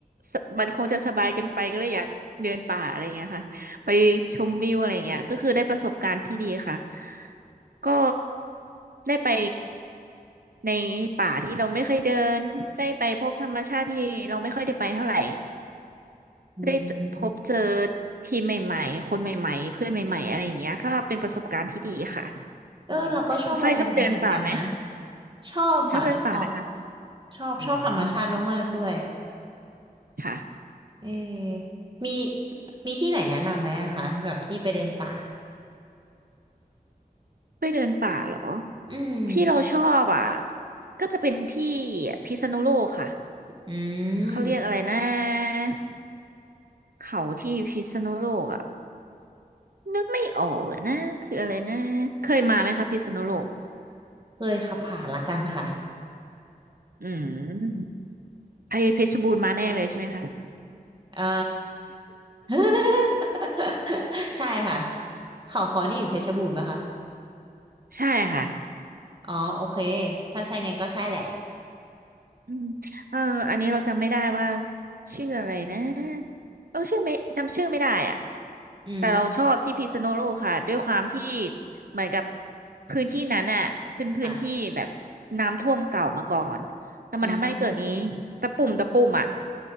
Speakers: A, on the right (about 65°); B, on the right (about 30°).
A: สมันคงจะสบายเกินไปก็เลยอยากเดินป่าอะไรอย่างเงี้ยค่ะไปชมวิวอะไรอย่างเงี้ยก็คือได้ประสบการณ์ที่ดีค่ะก็ได้ไปในป่าที่เราไม่เคยเดินได้ไปพบธรรมชาติที่เราไม่ค่อยได้ไปเท่าไหร่
B: อืม
A: ได้เจอพบเจอทีมใหม่ๆคนใหม่ๆเพื่อนใหม่ๆอะไรอย่างเงี้ยก็เป็นประสบการณ์ที่ดีค่ะ
B: เออเราก็ชอบโมเมนต์นั้นเหมือนกันนะ
A: อืมคุณฝ้ายชอบเดินป่าไหม
B: ชอบค่ะชอบ
A: ชอบเดินป่าไหมคะ
B: ชอบชอบธรรมชาติมากๆด้วย
A: อืมค่ะ
B: เออมีมีที่ไหนแนะนำไหมอะคะแบบที่ไปเดินป่า
A: ไม่เดินป่าเหรอ
B: อืม
A: ที่เราชอบอ่ะก็จะเป็นที่พิษณุโลกค่ะ
B: อื
A: เขาเรียกอะไรนะ
B: ม
A: เขาที่พิษณุโลกอ่ะนึกไม่ออกอ่ะนะคืออะไรนะเคยมาไหมคะพิษณุโลก
B: เคยขับผ่านละกันค่ะ
A: อืมไปเพชรบูรณ์มาแน่เลยใช่ไหมคะ
B: เอ่อ <laughs> ใช่ค่ะเขาค้อนี่อยู่เพชรบูรณ์ปะคะ
A: ใช่ค่ะ
B: อ๋อโอเคถ้าใช่งั้นก็ใช่แหละ
A: อืมเอออันนี้เราจำไม่ได้ว่าชื่ออะไรนะเออชื่อไม่จำชื่อไม่ได้อ่ะ
B: อืม
A: แต่เราชอบที่พิษณุโลกค่ะด้วยความที่เหมือนกับพื้นที่นั้นอ่ะเป็นพื้นที่แบบ
B: ค่ะ
A: น้ำท่วมเก่ามาก่อนแล้วมันทำให้เกิดมี
B: อืม
A: ตะปุ่มตะปุ่มอ่ะ